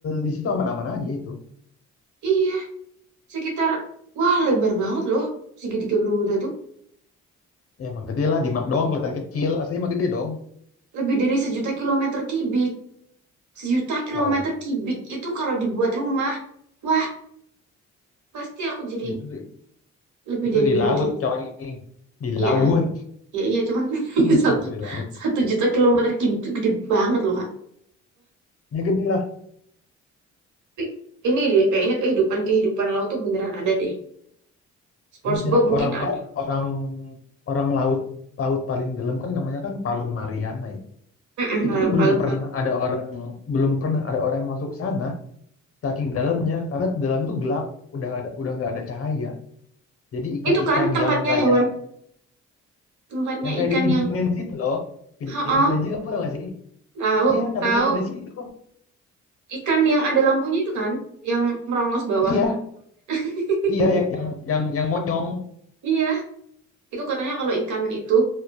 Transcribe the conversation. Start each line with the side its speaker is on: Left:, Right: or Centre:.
Left: di situ aman-aman aja itu,
Right: Iya, sekitar, wah lebar banget loh. Segitiga Bermuda tuh.
Left: ya emang gede lah di map doang kelihatan kecil, aslinya emang gede dong,
Right: Lebih dari sejuta kilometer kubik. Sejuta kilometer
Left: wow,
Right: kubik itu kalau dibuat rumah. Wah, pasti aku jadi
Left: itu
Right: lebih
Left: itu
Right: dari
Left: di
Right: Bill
Left: laut
Right: Gates.
Left: coy, di
Right: Iya,
Left: laut,
Right: iya, iya. Cuman <laughs>
Left: <laughs>
Right: satu,
Left: di laut,
Right: satu juta kilometer kubik itu gede banget loh, Kak.
Left: ya gede lah,
Right: Tapi ini deh, kayaknya kehidupan-kehidupan laut tuh beneran ada deh. SpongeBob
Left: ada
Right: mungkin
Left: orang pa-
Right: ada.
Left: orang orang laut laut paling dalam kan namanya kan Palung Mariana ya,
Right: Mm-mm,
Left: itu
Right: Palu-
Left: tuh belum
Right: palung
Left: pernah
Right: Mar.
Left: ada orang belum pernah ada orang yang masuk sana saking dalamnya karena dalam itu gelap udah ada udah nggak ada cahaya jadi ikan-ikan
Right: Itu kan tempatnya
Left: yang kayak
Right: hewan, tempatnya
Left: yang kayak
Right: ikan
Left: di Feeding
Right: yang,
Left: Frenzy itu loh Feeding
Right: oh,
Left: Frenzy kamu tau gak sih
Right: tahu,
Left: iya katanya
Right: tahu.
Left: udah di situ
Right: Ikan yang ada lampunya itu kan, yang merongos bawah.
Left: iya
Right: <laughs>
Left: iya yang yang yang, yang monyong
Right: Iya, itu katanya kalau ikan itu